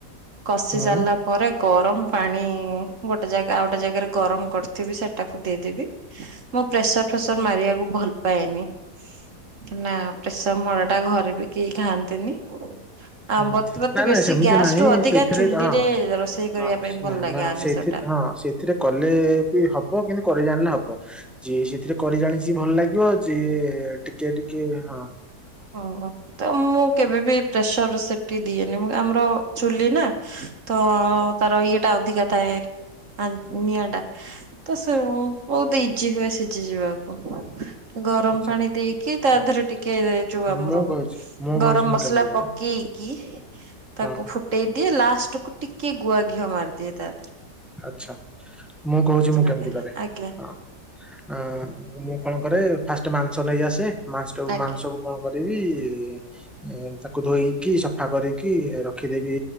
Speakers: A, on the right; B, in the centre.
A: କଷି
B: ହୁଁ
A: ସାରିଲା ପରେ ଗରମ ପାଣି ଇ ଇ ଗୋଟେ ଜାଗା ଆଉ ଗୋଟେ ଜାଗାରେ ଗରମ କରିଥିବି ସେଟାକୁ ଦେଇଦେବି ମୁଁ ପ୍ରେସର ଫେସର ମାରିବାକୁ ଭଲ୍ ପାଏନି ନା ପ୍ରେସବ ମରା ଟା ଘରେ ବି କେହି ଖାଆନ୍ତିନି ଆମ୍ୱ
B: ହୁଁ
A: ତ ବତେ
B: ନା ନା
A: ବେଶୀ
B: ସେମିତି
A: ଗ୍ୟାସ
B: ନାହିଁ
A: ରୁ ଅଧିକା
B: ସେଇଥିରେ
A: ଚୁଲି
B: ହଁ
A: ରେ ରୋଷେଇ କରିବା
B: ହଁ
A: ପାଇଁ ଭଲ
B: ନା
A: ଲାଗେ
B: ନା
A: ଆମିଷଟା
B: ସେଇଥିରେ ହଁ ସେଥିରେ କଲେ ଏ ବି ହବ କିନ୍ତୁ କରିଜାଣିଲେ ହବ ଯିଏ ସେଥିରେ କରି ଜାଣିଛି ଭଲ ଲାଗିବ ସଏ ଟିକିଏ ଟିକିଏ ହଁ
A: ଅଁ ତ ମୁଁ କେବେ ବିି ପ୍ରେସରର ଶିଟି ଦିଏନି ମୁ ଆମର ଚୁଲି ନା ତଅଅଅଅ
B: ହଁ,
A: ତାର ଇଏ ଟା ଅଧିକା ଥାଏ ଆନ ନିଆଁଟା ତ ସେଉନ୍ ବହୁତ ଇଜି ହୁଏ ସିଝି ଯିବାକୁ। ଗରମ
B: ଆଚ୍ଛା
A: ପାଣି ଦେଇକି ତା
B: ହଁ,
A: ଧେରେ ଟିକେ ବାମରୋ
B: ହଁ, ମୁଁ କହୁଛି ମୁଁ
A: ଗରମ
B: କହୁଛି ମୁଁ
A: ମସଲା
B: କେମିତି କରେ
A: ପକେଇକି ତାକୁ
B: ହଁ
A: ଫୁଟେଇଦି ଲାଷ୍ଟକୁୁ ଟିକେ ଗୁଆ ଘିଅ ମାରିଦିଏ ତାଧିରେ
B: ଆଛା! ମୁଁ କହୁଛି ମୁଁ
A: ଲାଗେ।
B: କେମିତି କରେ
A: ଆଜ୍ଞା
B: ହଁ ହଁ ମୁଁ କଣ କରେ ଫାଷ୍ଟେ ମାଂସ ନେଇଆସେ ମାଂସଟକ
A: ଆଜ୍ଞା
B: ମାଂସଟାକୁ କୁ କଣ କରିବି ଇ ଏ ତାକୁ ଧୋଇକି ସଫା କରିକି ରଖିଦେବି